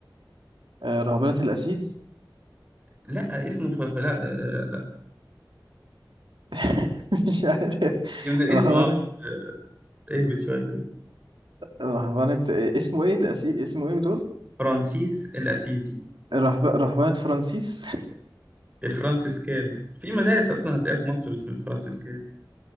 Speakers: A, on the right; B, on the right.
A: أه... رهبنة الأسيز
B: لا اسمه ف... فلا آه، لا
A: <laughs> مش عارف
B: هي من الاسم
A: رهبنة
B: اه بس آه، اهبط شوية تاني.
A: رهبنة اسمه إيه الأسيز اسمه إيه بتقول؟
B: فرانسيس الأسيزي
A: رهب... رهبنة فرانسيس
B: الفرانسيسكان في مدارس أصلا هتلاقيها في مصر باسم الفرانسيسكان